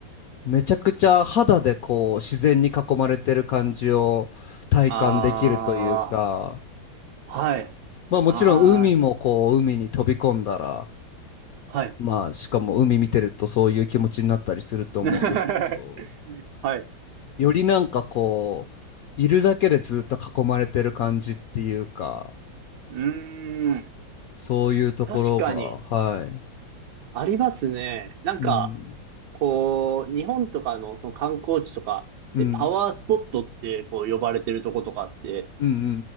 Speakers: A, on the left; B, on the right.
A: めちゃくちゃ肌でこう、自然に囲まれてる感じを体感できるというか、
B: あー、はい。
A: まあもちろん海もこう、
B: あ
A: 海に飛び込んだら、
B: ー、はい。
A: まあしかも海見てるとそういう気持ちになったりすると思うんですけど、
B: <laughs> はい。
A: よりなんかこう、いるだけでずっと囲まれてる感じっていうか、
B: うーん。
A: そういうところが、
B: 確かに、
A: はい。
B: ありますね。なんか、
A: うん。
B: こう、日本とかのその観光地とかでパワースポットってこう呼ばれてるとことかって、
A: うん。うんうんうんう